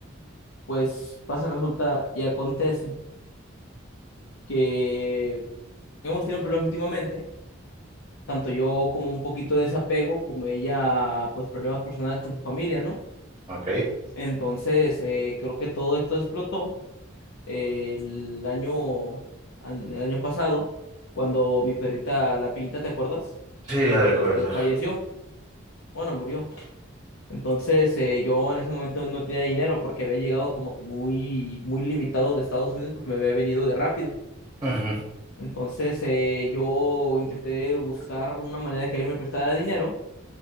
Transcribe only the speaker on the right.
Ok.
Sí, la
recuerdo.
ujú,